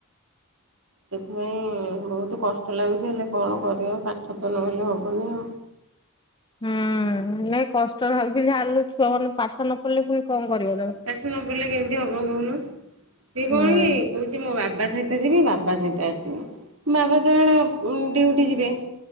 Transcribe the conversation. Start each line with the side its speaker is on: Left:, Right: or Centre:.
Right: ସେଥିପାଇଁ ବହୁତ କଷ୍ଟ ଲାଗୁଛି, ହେଲେ କଣ କରିବା? ପାଠ ତ ନହେଲେ ହବନି ଆଉ।
Left: ହୁଁ ନାଇଁ କଷ୍ଟଲାଗୁ କି ଝାଲୁ ଛୁଆ ମାନେ ପାଠ ନ ପଢିଲେ ପୁଣି କଣ କରିବ? ତମେ?
Right: ପାଠ ନ ପଢିଲେ କେମିତି ହବ କହୁନ? ସିଏ କଣ
Left: ହୁଁ
Right: କି କହୁଛି ମୋ ବାବା ସହିତ ଯିବି, ବାବା ସହିତ ଆସିବି। ବାବା ତ ଏଣେ ଉଁ ଡିଉଟି ଯିବେ।